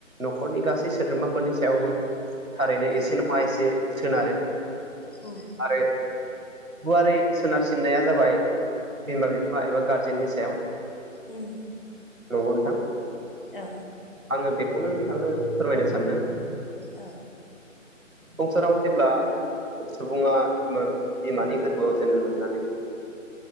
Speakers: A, on the right (about 85°); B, on the left (about 40°).
A: नखरनि गासै सोद्रोमाफोरनि सायावबो थारैनो
B: उम
A: एसे नङा एसे सोनारो
B: औ
A: आरो गुवारै सोनारसिननाया जाबाय बिमा बिफा एबा गारजेननि सायाव
B: उम
A: नंगौ नोंथां
B: औ
A: आङो बेखौनो नोंथांनो फोरमायनो सानदों
B: औ
A: संसाराव जेब्ला सुबुङा बिमानि गोरबोआव जोनोम मोननानै